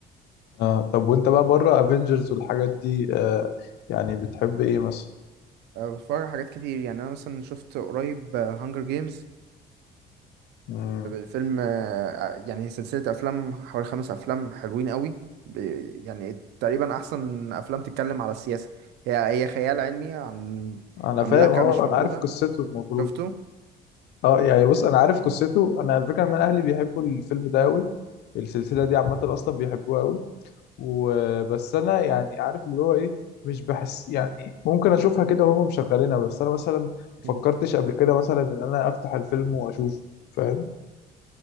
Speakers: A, on the left; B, on the right.
A: آه طب وانت بقى بره افنجرز والحاجات دي آه يعني بتحب ايه مثلا
B: أه، بتفرج على حاجات كتير يعني أنا مثلا شفت قريب هانجر جيمز
A: مم.
B: فيلم أه، يعني سلسلة أفلام حوالي خمس أفلام حلوين قوي ب- يعني تقريبا أحسن أفلام تتكلم على السياسة هي هي خيال علمي عن
A: انا
B: مملكة
A: فاهم اه
B: مش موجودة
A: انا عارف قصته المفروض
B: شفته
A: اه يعني بص انا عارف قصته انا على فكره ان انا اهلي بيحبوا الفيلم ده قوي السلسله دي عامه اصلا بيحبوها قوي وبس انا يعني عارف اللي هو ايه مش بحس يعني ممكن اشوفها كده وهم مشغلينها بس انا مثلا ما فكرتش
B: مم.
A: قبل كده مثلا ان انا افتح الفيلم واشوفه فاهم